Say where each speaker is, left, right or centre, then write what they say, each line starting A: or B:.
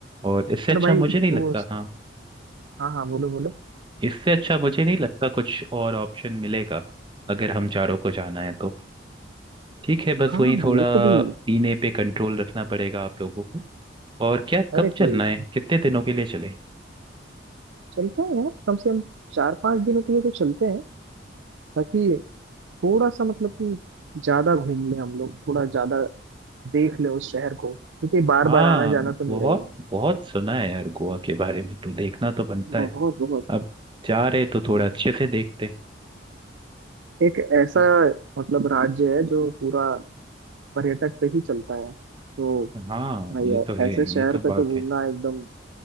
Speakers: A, on the right (about 25°); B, on the right (about 85°).
A: और इससे
B: अरे
A: अच्छा
B: भाई
A: मुझे नहीं लगता
B: वो
A: हाँ
B: हाँ हाँ बोलो बोलो
A: इससे अच्छा मुझे नहीं लगता कुछ और ऑप्शन मिलेगा अगर हम चारों को जाना है तो ठीक है बस
B: हाँ
A: वही
B: मेरे
A: थोड़ा
B: को भी
A: पीने पे कंट्रोल रखना पड़ेगा आप लोगों को और क्या
B: अरे
A: कब
B: कोई
A: चलना है कितने दिनों के लिए चले
B: चलते हैं यार कम से कम चार पांच दिनों के लिए तो चलते हैं ताकि थोड़ा सा मतलब कि ज्यादा घूम ले हम लोग थोड़ा ज्यादा देख ले उस शहर को क्योंकि बार
A: हाँ
B: बार आना जाना तो नहीं
A: बहुत
B: रहेगा
A: बहुत सुना है यार गोवा के बारे में तो देखना तो बनता
B: बहुत
A: है
B: बहुत
A: अब जा रहे तो थोड़ा
B: हम्म।
A: अच्छे से देखते
B: एक ऐसा
A: हैं।
B: मतलब राज्य है जो पूरा पर्यटक पे ही चलता है तो
A: हाँ
B: भाई
A: ये तो है
B: ऐसे शहर
A: ये तो
B: पे तो
A: बात
B: घूमना
A: है
B: एकदम